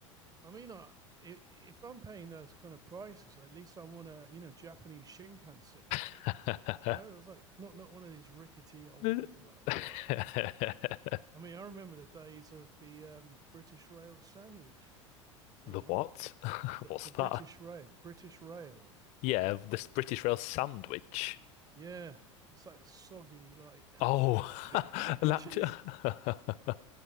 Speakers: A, on the right (about 20°); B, on the left (about 45°).
A: I mean, I, if, if I'm paying those kind of prices, at least I want a, you know, Japanese Shinkansen train
B: <laughs>
A: or something, you know. It's like not not one of these rickety old
B: Uh,
A: things.
B: <laughs>
A: Oh, uh, I mean, I remember the days of the um, British Rail sandwich, you
B: The
A: know.
B: what? <laughs>
A: The,
B: What's
A: the
B: that?
A: British Rail, British Rail.
B: Yeah, this British Rail sandwich.
A: Yeah, it's like soggy, like
B: Oh,
A: <laughs> jeez.
B: <laughs> an act- <laughs> I,